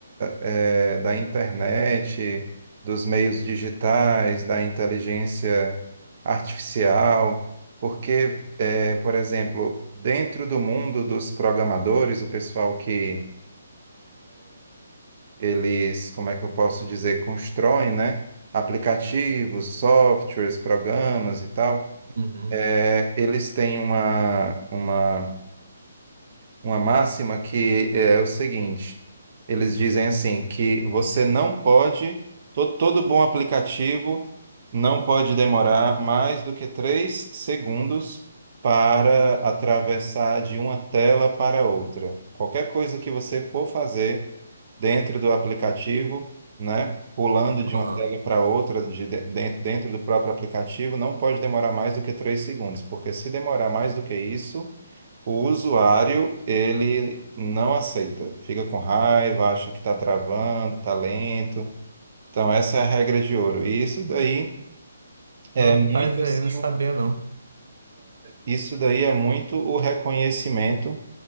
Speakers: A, on the right (about 35°); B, on the right (about 80°).
A: é, da internet, dos meios digitais, da inteligência artificial, porque, é, por exemplo, dentro do mundo dos programadores, o pessoal que eles, como é que eu posso dizer, constroem, né, aplicativos, softwares, programas e tal.
B: Uhum,
A: É, eles têm uma, uma uma máxima que é o seguinte: eles dizem assim que você não pode, to- todo bom aplicativo não pode demorar mais do que três segundos para atravessar de uma tela para outra. Qualquer coisa que você for fazer dentro do aplicativo, né? Pulando de
B: aham.
A: uma tela para outra, de de- dentro dentro do próprio aplicativo, não pode demorar mais do que três segundos, porque se demorar mais do que isso, o usuário, ele não aceita. Fica com raiva, acha que está travando, está lento. Então, essa é a regra de ouro. E isso daí é
B: Rapaz,
A: muito assim,
B: aí eu não sabia,
A: o-
B: não.
A: isso daí é muito o reconhecimento